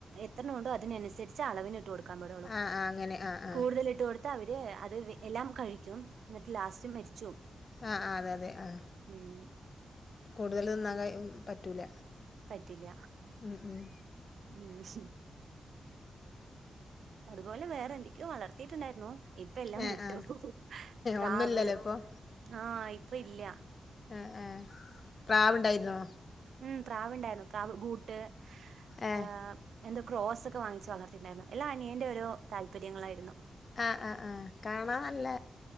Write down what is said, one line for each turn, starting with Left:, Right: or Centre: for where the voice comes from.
Right: എത്രണം ഉണ്ടോ അതിനനുസരിച്ച് അളവിന് ഇട്ട് കൊടുക്കാൻ പടൊള്ളൂ.
Left: അഹ അഹ അങ്ങനെ ആഹ
Right: കൂടുതല് ഇട്ട് കൊടുത്ത അവര് അത് എല്ലാം കഴിക്കും എന്നിട്ട് ലാസ്റ്റ് മരിച്ചു പോവും.
Left: അഹ അതെ അതെ ആഹ
Right: ഉം
Left: കൂടുതല് തിന്നാൻ കഴി പറ്റൂല.
Right: പറ്റില്ല
Left: ഉം ഉം
Right: ഉം. അതുപോലെ വേറെ എന്തൊക്കെയോ വളർത്തിയിട്ടുണ്ടായിരുന്നു ഇപ്പോ എല്ലാം
Left: ആ
Right: വിട്ടു
Left: ആ
Right: പ്രാവ്
Left: ഒന്നുമില്ലല്ലോ ഇപ്പോൾ
Right: ആഹ് ഇപ്പോ ഇല്ല.
Left: ആ ആ പ്രാവുണ്ടായിരുന്നോ
Right: ഉം പ്രാവ്ണ്ടായിരുന്നു പ്രാവ് ബൂട്ട്
Left: ഏ
Right: ആഹ്. എന്തോ ക്രോസ് ഒക്കെ വാങ്ങിച്ച് വളർത്തിട്ടുണ്ടായിരുന്നു എല്ലാ അനിയൻന്റെ ഓരോ താല്പര്യങ്ങളായിരുന്നു.
Left: ആഹ് ആഹ് ആഹ് കാണാൻ നല്ല